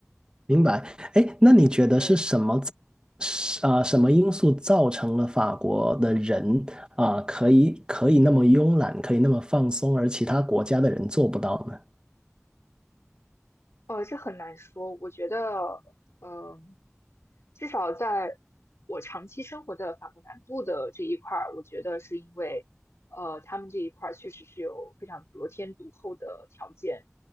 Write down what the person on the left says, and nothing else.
对。
呃，这很难说。我觉得，嗯、至少在我长期生活的法国南部的这一块儿，我觉得是因为，呃，他们这一块儿确实是有非常得天独厚的条件，